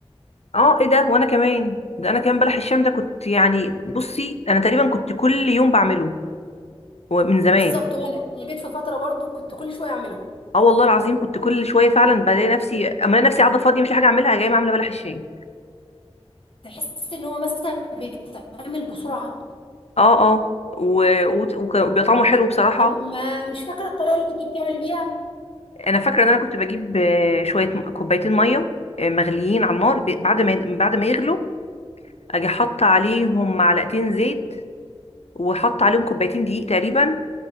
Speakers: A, on the left; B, on the left.
A: اه ايه ده وانا كمان ده انا كمان بلح الشام ده كنت يعني بصي انا تقريبا كنت كل يوم بعمله هو من زمان
B: بالظبط وأنا أنا جيت في فترة برضو كنت كل شوية أعمله
A: اه والله العظيم كنت كل شويه فعلا بلاقي نفسي اما انا نفسي قاعده فاضيه مش حاجه اعملها جايه عامله بلح الشام
B: تحس إن هو مثلا بيتعمل بسرعة
A: اه اه و- وت- وك- وبيبقى طعمه حلو بصراحه
B: طب ما مش فاكرة الطريقة اللي كنت بتعمل بيها
A: انا فاكره ان انا كنت بجيب آه، شويه م- كوبايتين ميه آه، مغليين على النار ب- بعد ما بعد ما يغلوا اجي حاطه عليهم معلقتين زيت وحاطه عليهم كوبايتين دقيق تقريبا